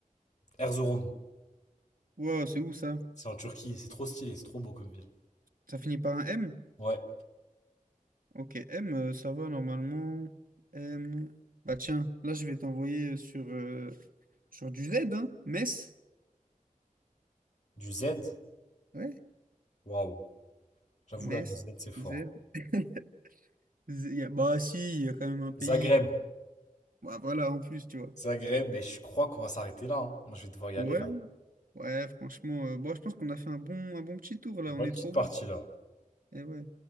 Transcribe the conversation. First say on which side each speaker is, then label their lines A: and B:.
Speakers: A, on the left (about 55°); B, on the right (about 85°).
A: Erzurum,
B: Wow, c'est où ça?
A: c'est en Turquie, et c'est trop stylé, c'est trop beau comme ville.
B: Ça finit par un M?
A: Ouais,
B: Ok, M, euh, ça va normalement. M... Bah tiens, là je vais t'envoyer sur... euh, Sur du Z, hein? Metz?
A: du Z,
B: Ouais,
A: waouh, j'avoue
B: Metz,
A: là, le Z, c'est fort.
B: Z. <laughs> Z- y a- Bah si, il y a quand même un pays.
A: Zagreb,
B: Comme... Bah, voilà, en plus, tu vois.
A: Zagreb, et je crois qu'on va s'arrêter là. hein. Moi, je vais devoir y
B: Ouais,
A: aller là.
B: ouais, franchement, euh, bon, je pense qu'on a fait un bon, un bon petit tour là, on
A: Bonne
B: est
A: petite
B: trop
A: partie
B: bon.
A: là.
B: Et ouais.